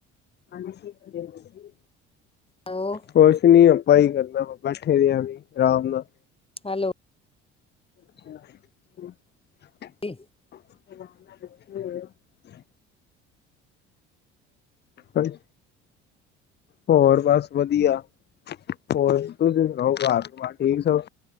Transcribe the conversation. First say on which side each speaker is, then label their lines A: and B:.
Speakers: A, on the left; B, on the left.
A: ਹਾਂਜੀ, ਸਿੱਖਦੇ ਔ ਤੁਸੀ।
B: ਹੈਲੋ
A: ਕੁਛ ਨੀ ਆਪਾਂ ਹੀ ਕਰਨਾ ਵਾ, ਬੈਠੇ ਦੇ ਆ ਵੀ, ਆਰਾਮ ਨਾਲ।
B: ਹੈਲੋ
A: ਅੱਛਾ
B: ਭੀ
A: ਆਰਾਮ ਨਾਲ, ਏਥੇ ਹੀ ਹੋਏਗਾ। ਹਾਂਜੀ ਹੋਰ ਬਸ ਵਧੀਆ, ਹੋਰ ਤੁਸੀਂ ਸੁਣਾਓ, ਘਰ ਬਾਰ ਠੀਕ ਸਬ।